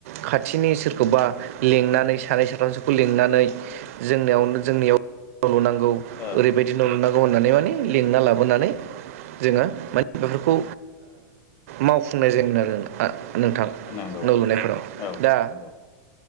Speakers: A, on the right; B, on the left.
A: खाथिनि सोरखौबा लिंनानै सानै साथामसोखौ लिंनानै जोंनियावनो जोंनियाव न' लुनांगौ
B: औ
A: ओरैबायदि न' लुनांगौ होननानै माने लिंना लाबोनानै जोंङो माने बेफोरखौ मावफुंनाय जायोमोन आरो नोंथां
B: नंगौ
A: न' लुनायफोराव
B: औ
A: दा
B: नंगौ